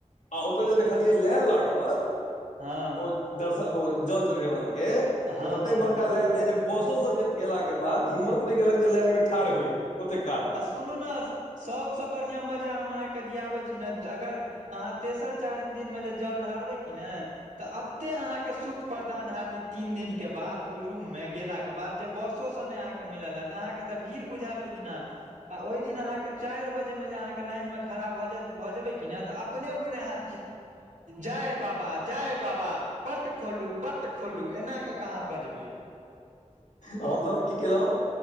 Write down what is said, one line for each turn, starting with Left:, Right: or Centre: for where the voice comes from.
Left: आ ओतौ जे देखलियै लान लागल ओ
Right: हँ
Left: दर्शन ओ जल चढ़बै वला के
Right: हँ
Left: तऽ
Right: हँ
Left: ततेक
Right: हँ
Left: बड़का
Right: हँ
Left: लैंड रहै जे बसो से गेला के बाद हिम्मत नहि केलक जे लैन मे ठाढ़ होइ ओत खाड़
Right: सुनु ने सबसँ बढ़िया मजा हम अहाँके दियाबे छी ने अगर अहाँ तेसर चारिम दिन में जे जल ढारबै किी ने तऽ एते अहाँके सुख प्रदान हत तीन दिन के बाद ओ रूम में गेला के बाद बसो मिलल हत अहाँके तऽ भीड़ बुझायल ओहि दिना आ ओहि दिन अहाँके चारि बजे में जे अहाँके लाइनमे खड़ा भऽ भऽ जेबै कि नहि तऽ अपने मोने अहाँ जय बाबा जय बाबा पट खोलू पट खोलू एना कऽ क आहाँ बजबइ
Left: हमसब की केलहुँ